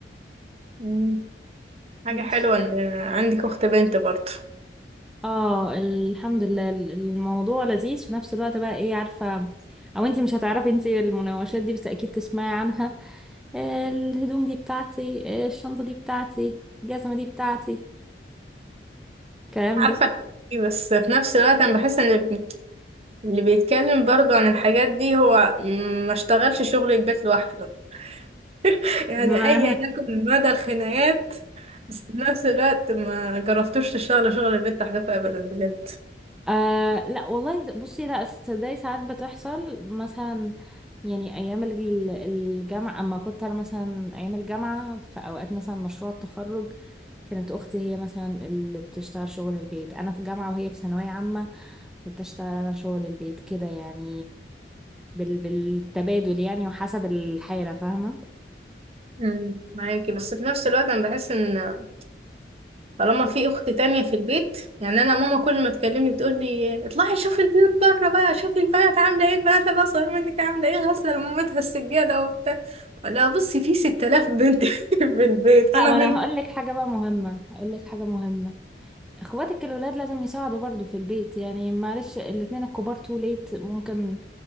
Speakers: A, on the right; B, in the centre.
A: مم. حاجه
B: بس.
A: حلوه ان عندك اخت بنت برضه
B: اه الحمد لله ال- الموضوع لذيذ في نفس الوقت بقى ايه عارفة او انتي مش هتعرفي انتي المناوشات دي بس اكيد تسمعي عنها آه، الهدوم دي بتاعتي آه، الشنطة دي بتاعتي الجزمة دي بتاعتي الكلام
A: عارفة
B: ده
A: الحاجات دي بس في نفس الوقت أنا بحس إن الب- اللي بيتكلم برضه عن الحاجات دي هو ما اشتغلش شغل البيت لوحده <laughs> يعني
B: معنى
A: أيا يكن مدى الخناقات بس في نفس الوقت ما جربتوش تشتغلوا شغل البيت لوحدكم أبدا بجد
B: آه لا والله بصي لا تصدقي ساعات بتحصل مثلا يعني ايام الج- الجامعه اما كنت انا مثلا ايام الجامعه في اوقات مثلا مشروع التخرج كانت اختي هي مثلا اللي بتشتغل شغل البيت انا في جامعه وهي في ثانويه عامه كنت اشتغل انا شغل البيت كده يعني بال بالتبادل يعني وحسب الحاله فاهمه
A: أمم، معاكي بس في نفس الوقت أنا بحس إن طالما في اخت تانية في البيت يعني انا ماما كل ما تكلمني تقول لي اطلعي شوفي البيوت بره بقى شوفي البنات عامله ايه البنات الاصغر منك عامله ايه غاسله لمامتها السجاده وبتاع لا بصي في 6000 بنت <laughs> في البيت
B: لا
A: انا
B: ما
A: بنت
B: انا هقول لك حاجه بقى مهمه هقول لك حاجه مهمه اخواتك الولاد لازم يساعدوا برضو في البيت يعني معلش الاتنين الكبار تو ليت ممكن